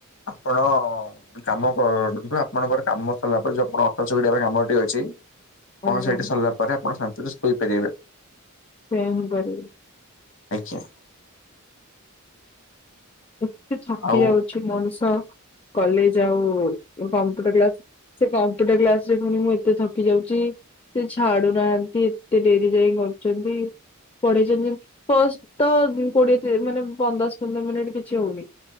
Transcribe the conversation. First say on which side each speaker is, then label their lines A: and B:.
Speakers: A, on the left; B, on the left.
A: ଆପଣ ଗୋଟେ କାମ କରନ୍ତୁ ଆପଣଙ୍କର କାମ ସରିଲା ପରେ ଯୋଉ ଆପଣ ଅଟା ଚକଟିବା କାମଟି ଅଛି କଣ
B: ଆଉ କଣ
A: ସେଇଠି ସରିଲା ପରେ ଆପଣ ସା <unintelligible> ପାଇପାରିବେ।
B: ସେ ହୁଁ ବଢ
A: ଆଜ୍ଞା।
B: ଏତେ ଥକି
A: ଆଉ
B: ଯାଉଛି ମଣିଷ କଲେଜ ଆଉ କମ୍ପ୍ୟୁଟର କ୍ଲାସ ସେ କଂପ୍ୟୁଟର କ୍ଲାସରେ ଫୁଣି ଏତେ ଥକି ଯାଉଛି ସେ ଛାଡୁନାହାନ୍ତି ଏତେ ଡେରି ଯାଇ କରୁଛନ୍ତି ପଢେଇଛନ୍ତି ଫଷ୍ଟ ତ କୋଡିଏ ମାନେ ପନ୍ଦଶ ପନ୍ଦର ମିନିଟ। ଇଚ୍ଛା ହୋଇନି